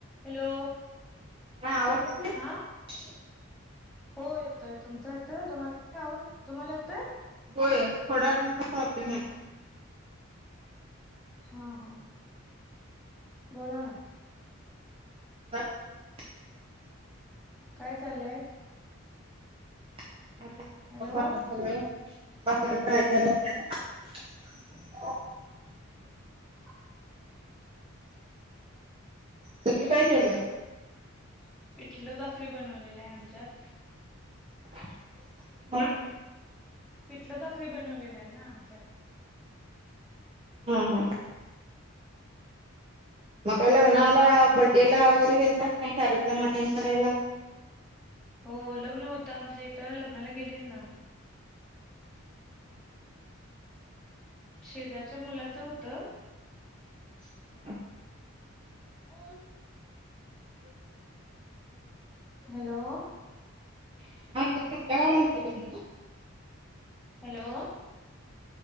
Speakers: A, in the centre; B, on the right.
A: Hello
B: हा आवाज येतोय?
A: हा हो येतोय तुमचा येतोय तुम्हाला <inaudible> तुम्हाला येतोय?
B: होय थोडा रेंजचा प्रॉब्लेम आहे.
A: हा हा. बोला ना.
B: <unintelligible>
A: काय चाललंय?
B: <unintelligible>
A: हॅलो <inaudible>
B: तुम्ही काय केलं?
A: पिठलं भाकरी बनवलेलं आहे आमच्यात.
B: <unintelligible>
A: पिटलं भाकरी बनवलेला आहे ना आमच्यात.
B: हा हा. मग काय लग्नाला बड्डेला वगैरे गेलता का काय कार्यक्रम अटेंड करायला?
A: हो लग्न होतं आमच्या इथं, लग्नाला गेलेल ना. शेजारच्या मुलाचं होतं.
B: <inaudible>
A: <unintelligible> हॅलो
B: <unintelligible> काल होतं लग्न?
A: हॅलो